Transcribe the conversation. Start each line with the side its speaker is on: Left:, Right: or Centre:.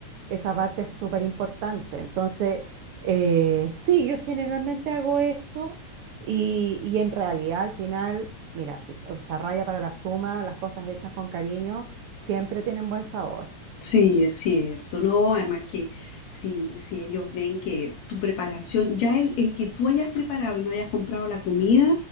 Right: esa parte es súper importante. Entonces, eh, sí, yo generalmente hago eso y, y en realidad al final, mira, sí, o sea, raya para la suma, las cosas hechas con cariño siempre tienen buen sabor.
Left: Sí, es cierto, ¿no? Además que si, si ellos ven que tu preparación, ya el, el que tú hayas preparado y no hayas comprado la comida,